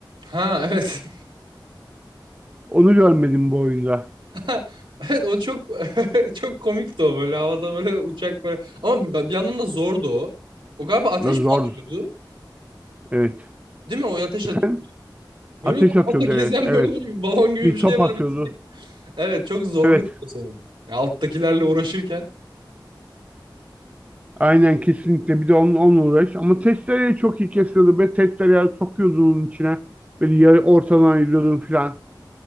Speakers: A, on the right; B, on the right.
A: Ha evet.
B: Onu görmedim bu oyunda.
A: <laughs> Evet o çok <laughs> çok komikti o böyle havada böyle uçak böyle. Ama bir bir yandan da zordu o. O galiba ateş
B: Ne
A: mi
B: Zor.
A: atıyordu?
B: Evet.
A: Değil mi? O ateş
B: Efendim?
A: atıyor. Böyle
B: Ateş
A: havada
B: atıyordu evet.
A: gezen
B: Evet.
A: böyle bir balon gibi
B: Bir
A: bir şey
B: top
A: var.
B: atıyordu.
A: Evet çok zorluyor
B: Evet.
A: seni. Ya, alttakilerle uğraşırken.
B: Aynen kesinlikle. Bir de onun, onunla uğraş. Ama testereyi çok iyi kesiyordu. Ve testereyi sokuyordun onun içine. Böyle yarı ortadan ayırıyordun filan